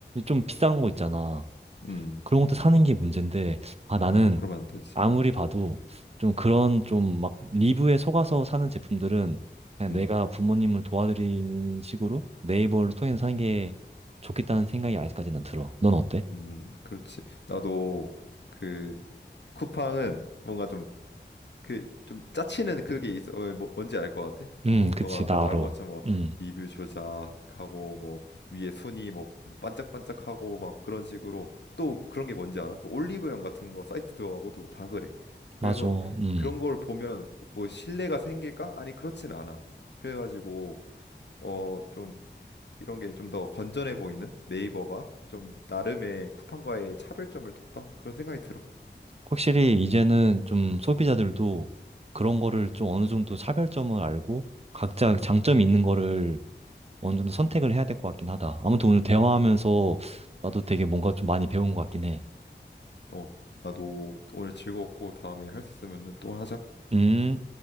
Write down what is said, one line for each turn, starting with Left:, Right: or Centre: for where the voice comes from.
Right: 좀 비싼 거 있잖아.
Left: 음.
Right: 그런 것도 사는 게 문제인데, 아, 나는
Left: 아, 그러면 안 되지.
Right: 아무리
Left: 음,
Right: 봐도 좀 그런 좀 막 리뷰에 속아서 사는 제품들은 그냥
Left: 음,
Right: 내가 부모님을 도와드리는 식으로 네이버를 통해서 사는 게 좋겠다는 생각이 아직까지는 들어. 넌 어때?
Left: 음. 그렇지. 나도 그 쿠팡은 뭔가 좀 그 좀 짜치는 그게 있어. 어, 뭐 뭔지 알 것 같아?
Right: 음,
Left: 뭐
Right: 그치,
Left: 너가 아까
Right: 나
Left: 말한
Right: 알아.
Left: 것처럼 뭐
Right: 음,
Left: 리뷰 조작하고 뭐 위에 순위 뭐뭐 반짝반짝하고 막 그런 식으로 또 그런 게 뭔지 알아? 그 올리브영 같은 거 사이트 들어가봐도 다 그래. 그래서
Right: 맞아. 음.
Left: 그런 걸 보면 뭐 신뢰가 생길까? 아니 그렇진 않아. 그래가지고 어 좀 이런 게 좀 더 건전해 보이는 네이버가 좀 나름의 쿠팡과의 차별점을 뒀다 그런 생각이 들어.
Right: 확실히 이제는 좀 소비자들도 그런 거를 좀 어느 정도 차별점을 알고 각자
Left: 음.
Right: 장점이 있는 거를 어느 정도 선택을 해야 될 것 같긴 하다. 아무튼 오늘 대화하면서 나도 되게 뭔가 좀 많이 배운 것 같긴 해.
Left: 어, 나도 오늘 즐거웠고 다음에 할 수 있으면은 또 하자.
Right: 음.